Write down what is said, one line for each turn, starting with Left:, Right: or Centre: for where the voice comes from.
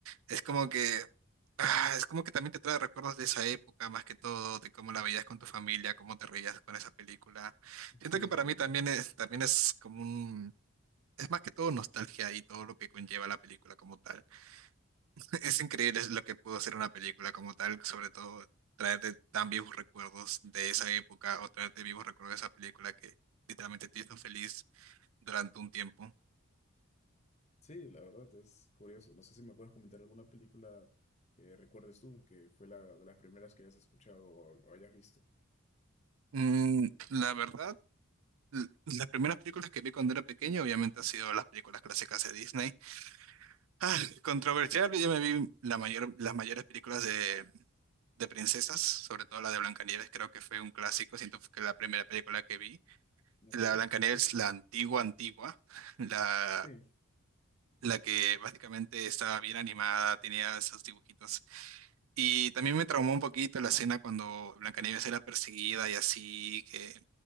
Right: Es como que... Ah, es como que también te trae recuerdos de esa época, más que todo, de cómo la veías con tu familia, cómo te reías con esa película. Siento
Left: sí, de
Right: que para
Left: verdad.
Right: mí también es, también es como un, es más que todo nostalgia y todo lo que conlleva la película como tal. <laughs> Es increíble lo que pudo hacer una película como tal, sobre todo traerte tan vivos recuerdos de esa época o traerte vivos recuerdos de esa película que literalmente te hizo feliz durante un tiempo.
Left: Sí, la verdad es curioso. No sé si me puedes comentar alguna película que recuerdes tú, que fue la de las primeras que hayas escuchado o, o hayas visto.
Right: Mm, la verdad, l- las primeras películas que vi cuando era pequeño obviamente han sido las películas clásicas de Disney. Ah, controversial, yo me vi la mayor, las mayores películas de, de princesas, sobre todo la de Blancanieves, creo que fue un clásico, siento que la primera película que vi.
Left: Ok,
Right: La Blancanieves, la antigua, antigua, la,
Left: sí.
Right: la que básicamente estaba bien animada, tenía esos dibujitos. Y también me traumó un poquito la escena cuando Blancanieves era perseguida y así, que,